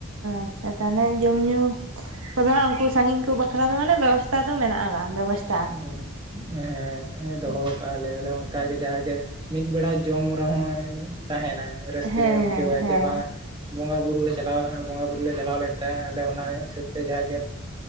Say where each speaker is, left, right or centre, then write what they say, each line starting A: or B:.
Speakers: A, on the right; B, on the right.
A: ᱟᱪᱪᱷᱟ ᱛᱟᱦᱚᱞᱮ ᱡᱚᱢ ᱧᱩ ᱟᱫᱚ ᱩᱱᱠᱩ ᱥᱟᱺᱜᱤᱧ ᱠᱚ ᱵᱟᱠᱷᱨᱟ ᱫᱚ ᱢᱟᱱᱮ ᱵᱮᱵᱚᱥᱛᱷᱟ ᱫᱚ ᱢᱮᱱᱟᱜᱼᱟ ᱵᱟᱝ ᱵᱮᱵᱚᱥᱛᱷᱟ
B: ᱦ ᱦᱮᱸ ᱮ ᱫᱚᱦᱚ
A: ᱦᱮᱸ
B: ᱠᱟᱜᱼᱟᱞᱮ ᱟᱞᱮ ᱦᱚᱸ ᱚᱱᱠᱟᱜᱮ ᱡᱟᱦᱟᱸᱜᱮ ᱢᱤᱫ ᱵᱮᱲᱟᱭ ᱡᱚᱢ ᱨᱮᱦᱚᱸ ᱛᱟᱦᱮᱱᱟ ᱨᱟᱹᱥᱠᱟᱹ
A: ᱦᱮᱸ
B: ᱧᱚᱜ ᱮ ᱵᱩᱡᱷᱟᱹᱣᱟ
A: ᱦᱮᱸ
B: ᱡᱮ ᱵᱟᱝ ᱵᱚᱸᱜᱟ ᱵᱩᱨᱩ ᱞᱮ ᱪᱟᱞᱟᱣ ᱵᱚᱸᱜᱟ ᱵᱩᱨᱩ ᱞᱮ ᱪᱟᱞᱟᱣ ᱞᱮᱱ ᱛᱟᱦᱮᱸ ᱟᱞᱮ ᱚᱱᱟ ᱦᱤᱥᱟᱹᱵ ᱛᱮ ᱡᱟᱜᱮ